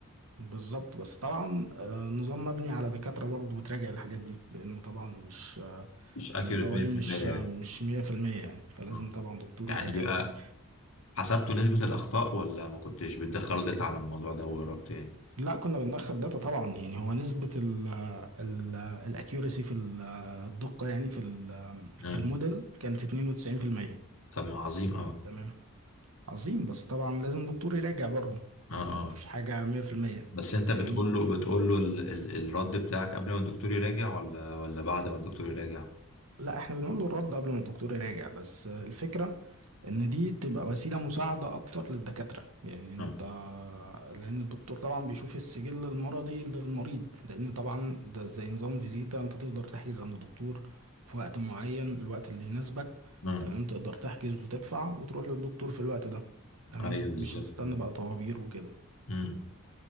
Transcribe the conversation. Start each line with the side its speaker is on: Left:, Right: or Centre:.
Right: بالظبط بس طبعا آه، النظام مبني على دكاترة برضه بتراجع الحاجات دي لأنه طبعا مش آه،
Left: مش اكيوريت
Right: ال AI
Left: 100%
Right: مش آه،
Left: يعني
Right: مش 100% يعني فلازم
Left: آه.
Right: طبعا دكتور
Left: يعني
Right: يراجع
Left: بيبقى
Right: الحاجات دي
Left: حسبتوا نسبة الأخطاء ولا ما كنتش بتدخلوا داتا على الموضوع ده وجربت يعني؟
Right: لا كنا بندخل داتا طبعا يعني هو نسبة ال ال الاكيورسي في ال- الدقة يعني في ال- في
Left: آه.
Right: الموديل كانت 92%
Left: طب ما عظيم أوي
Right: تمام عظيم بس طبعا لازم دكتور يراجع برضه
Left: آه آه
Right: يعني مفيش حاجة 100%
Left: بس أنت
Right: فاهمني
Left: بتقول له بتقول له ال ال الرد بتاعك قبل ما الدكتور يراجع ولا ولا بعد ما الدكتور يراجع؟
Right: لا احنا بنقول له الرد قبل ما الدكتور يراجع بس الفكرة ان دي تبقى وسيلة مساعدة اكتر للدكاترة يعني انت
Left: آه
Right: لان الدكتور طبعا بيشوف السجل المرضي للمريض لان طبعا ده زي نظام فيزيتا انت تقدر تحجز عند الدكتور في وقت معين الوقت اللي يناسبك
Left: آه
Right: تمام تقدر تحجز وتدفع وتروح للدكتور في الوقت ده تمام
Left: أيوه بالظبط
Right: مش هتستنى
Left: آه.
Right: بقى طوابير وكده
Left: مم.